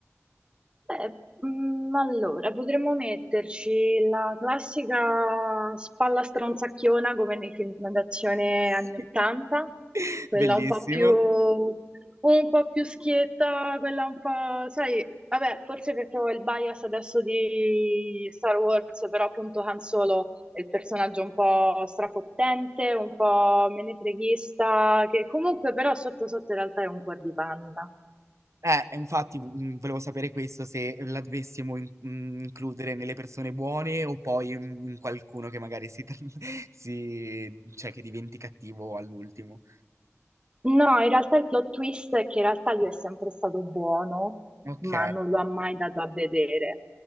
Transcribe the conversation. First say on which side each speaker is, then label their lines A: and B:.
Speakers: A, on the right; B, on the right.
A: Beh, mm, allora, potremmo metterci la classica spalla stronzacchiona come nei film d'azione
B: <laughs>
A: anni 80, quella
B: Bellissimo.
A: un po' più, un po' più schietta, quella un po', sai, vabbè, forse perché ho il bias adesso di Star Wars, però appunto Han Solo è il personaggio un po' strafottente, un po' menefreghista, che comunque però sotto sotto in realtà è un cuor di panna.
B: Eh, infatti, mm, volevo sapere questo, se la dovessimo in- mm, includere nelle persone buone o poi mm, in qualcuno che magari si, tra- <laughs> si, cioè che diventi cattivo all'ultimo.
A: No, in realtà il plot twist è che in realtà lui è sempre stato buono,
B: Ok,
A: ma non lo ha mai dato a vedere.